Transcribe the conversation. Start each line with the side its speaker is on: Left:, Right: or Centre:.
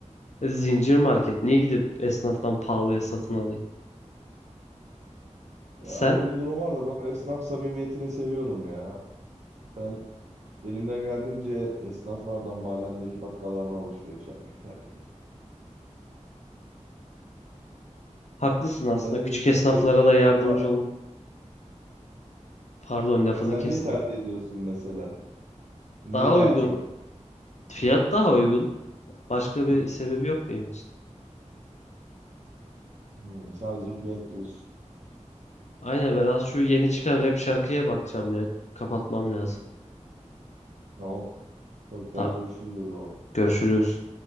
Left: E, Zincir market. Niye gidip esnaftan pahalıya satın alayım?
Right: Ya
Left: Sen
Right: öyle bir durum var da ben esnaf samimiyetini seviyorum ya. Ben elimden geldiğince esnaflardan, mahallemdeki bakkallardan alışveriş yapmayı tercih ediyorum.
Left: haklısın aslında.
Right: Ya sen de
Left: Küçük
Right: niye sevdiğinden
Left: esnaflara da yardımcı
Right: bak...
Left: olun. Pardon lafını
Right: Sen
Left: kestim.
Right: niye tercih ediyorsun mesela? Niye
Left: Daha
Right: daha
Left: uygun.
Right: çok?
Left: Fiyat daha uygun. Başka bir sebebi yok benim için.
Right: Hmm, sadece fiyat diyorsun.
Left: Aynen ben az şu yeni çıkan rap şarkıya bakacağım ya. Kapatmam lazım.
Right: Tamam. Çok daha
Left: Tamam
Right: görüşürüz o zaman.
Left: görüşürüz.